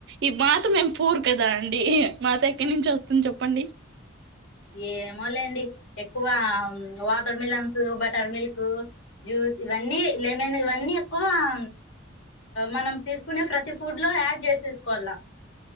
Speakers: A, on the right; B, on the left.
A: ఈ బాత్ మేము పూరు కదా అండి మాత ఎక్కడి నుంచి వస్తుంది చెప్పండి
B: ఏమో లేండి ఎక్కువ watermelons butter milk juice ఇవన్నీ లెమన్ ఇవన్నీ ఎక్కువా ఆ మనం తీసుకునే ప్రతి ఫుడ్ లో యాడ్ చేసేసుకోవాల